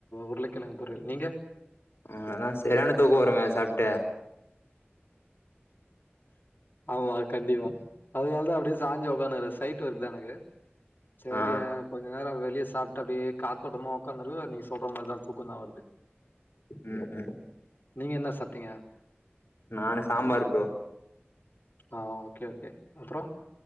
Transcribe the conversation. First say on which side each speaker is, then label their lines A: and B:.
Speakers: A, on the left; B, on the left.
A: உருளக்கெழங்கு பொரியல் நீங்க
B: ஆ ஆனா சரியான தூக்கொ வருங்க சாப்டு
A: ஆமா கண்டிப்பா அதுனால தா அப்டியே சாஞ்சு உக்கானுகுரெ சைட் ஒர்க் தா எனக்கு சேரியா
B: ஆ
A: கொ இன்னேரொ வெளிய சாப்ட்டு அப்டியே காத்தோட்டமா உக்காந்துருக்க நீங்க சொல்ற மார்த தூக்கொ தா வருது
B: ம் ம்
A: நீங்க என்ன சாப்ட்டீங்க
B: நானு சாம்பார் ப்ரோ
A: ஆ ஓகே ஓகே அப்ரோ